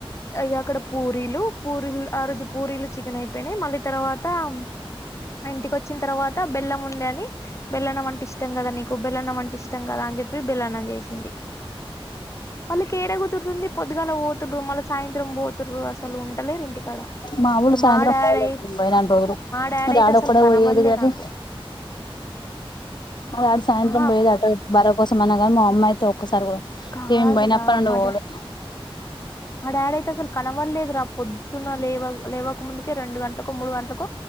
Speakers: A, on the left; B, on the left.
A: అ అక్కడ పూరీలు పూరీలు ఆ రోజు పూరీలు చికెన్ అయిపోయినాయి మళ్ళీ తర్వాత మ్ ఆ ఇంటికి వచ్చిన తర్వాత బెల్లం ఉందని. బెల్లన్నం వం కిష్టం కదా నీకు బెల్లన్నం అంటే ఇష్టంగా కదా అని చెప్పి బెల్లన్నం చేసింది. వాళ్ళకి ఏడ కుదురుంది. పొద్దుగాల పోతుర్రు మళ్ళ సాయంత్రం పోతుర్రు అసలు ఉంటలేరు. ఇంటికాడ
B: మావులు
A: ఇగ
B: సాయంత్రం
A: మా డాడీ
B: పోలేదండి. పోయినన్ని రోజులు
A: డాడీ
B: మా డాడొక్కడే
A: అయితే అసలు కనవల్లే
B: పోయ్యేది గాని
A: నాకు
B: మా డాడి సాయంత్రం
A: ఆహా
B: పోయేది. ఆటో ఇటో బారాబ కోసం అనగా మా అమ్మాయితే ఒప్ ఒక్కసారి పోదాం
A: కాదురా
B: ఇగ మేం పోయినప్పడి నుండి
A: మా
B: పోలే
A: డా మా డాడీ అయితే అసలు కనవల్లేదు రా పొద్దున లేవాన్ లేవక ముందుకే రెండు గంట్లకో, మూడు గంట్లకో,